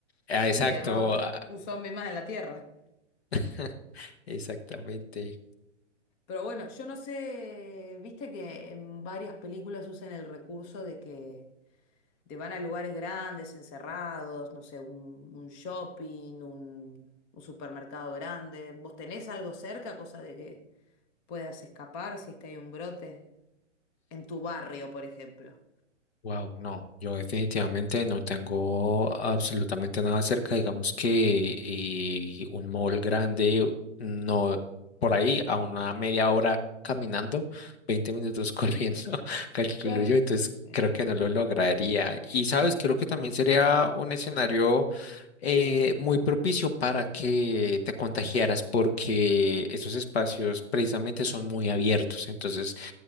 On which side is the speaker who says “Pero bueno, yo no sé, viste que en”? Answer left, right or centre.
Left